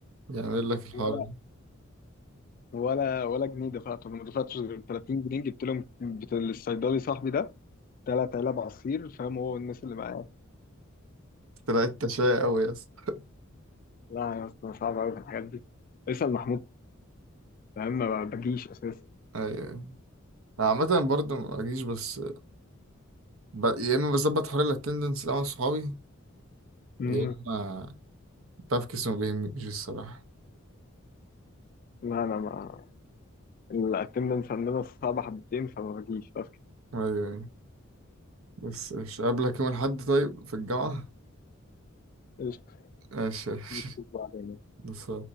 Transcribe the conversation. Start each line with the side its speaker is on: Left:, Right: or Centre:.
Right: يعمل لك الحوار
Left: ولا
Right: ده
Left: ولا ولا جنيه دفعته أنا ما دفعتش غير 30 جنيه جبت لهم بتاع الصيدلي صاحبي ده ثلاث علب عصير فاهم هو والناس اللي معاه
Right: طلعت تشاي قوي يا اسطى
Left: لا يا اسطى صعب قوي في الحاجات دي اسأل محمود فاهم ما بجيش اساسا
Right: ايوه عامة برضه ما اجيش بس ب... يا اما بظبط حوار الاتندنس ده مع صحابي
Left: امم
Right: يا اما بفكس ما بيهمنيش الصراحة
Left: لا انا ما الاتندنس عندنا صعبه حبتين فما بجيش بس
Right: ايوه أيوة. بس مش قابلك يوم الاحد طيب في الجامعة
Left: قشطة
Right: ماشي ماشي.
Left: نشوف بعدين
Right: <laughs> بس